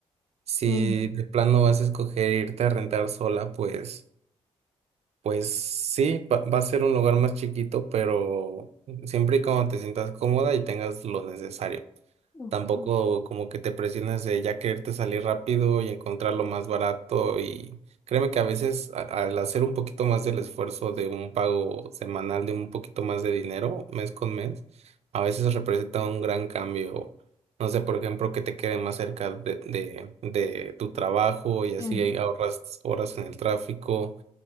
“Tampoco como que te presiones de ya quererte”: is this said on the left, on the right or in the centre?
Right